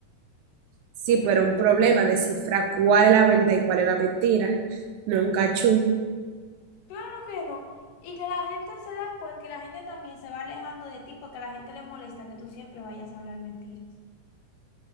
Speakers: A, on the right; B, on the left.
A: Sí, pero un problema descifrar cuál es la verdad y cuál es la mentira, no un cachú.
B: Claro que no. Y que la gente se da cuenta y la gente también se va alejando de ti porque a la gente le molesta que tú siempre vayas a hablar mentiras.